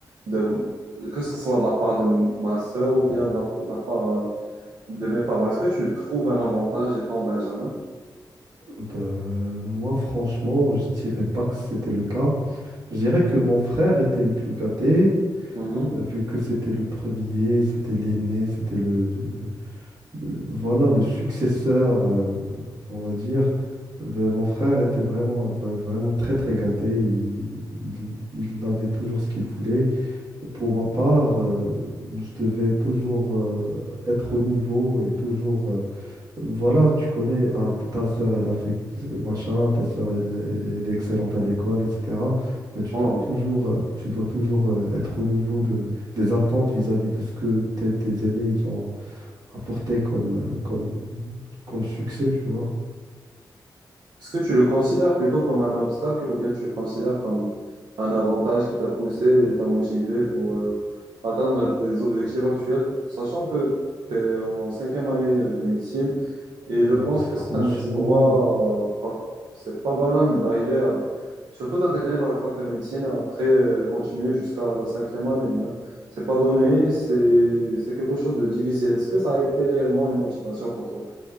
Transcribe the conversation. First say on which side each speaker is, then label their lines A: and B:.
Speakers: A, on the right; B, on the right.
A: de, que ce soit de la part de ma sœur ou bien de la, de la part euh, de mes parents. Est-ce que tu trouves un avantage étant Benjamin?
B: Ben, moi, franchement, je dirais pas que c'était le cas. Je dirais que mon frère était le plus gâté,
A: Mhm.
B: euh, vu que c'était le premier, c'était l'aîné, c'était le, le- le- le- voilà, le successeur, euh, on va dire. Ben, mon frère était vraiment, vra- vraiment très, très gâté. Il, il, il avait toujours ce qu'il voulait. Pour ma part, euh, je devais toujours euh, être au niveau et toujours... euh, voilà, tu connais, ah, ta sœur, elle a fait euh, machin, ta sœur, elle, est elle est- elle est excellente à l'école, etc. Ben, tu
A: Oh.
B: dois toujours, euh, tu dois toujours euh, être au niveau de, des attentes vis-à-vis de ce que tes, tes aînés, ils ont apporté comme, euh, comme, comme succès, tu vois.
A: Est-ce que tu le considères plutôt comme un obstacle ou bien tu le considères comme un avantage qui t'a poussé et t'a motivé pour euh, atteindre tes objectifs actuels, sachant que tu es en cinquième année de médecine et je
B: Ben,
A: pense
B: franchement...
A: que c'est un exploit, euh, pas- c'est pas banal d'arriver à, surtout d'intégrer la fac de médecine après euh, continuer jusqu'à la cinquième année, hein. C'est pas donné, c'est, c'est quelque chose de difficile. Est-ce que ça a été réellement une motivation pour toi?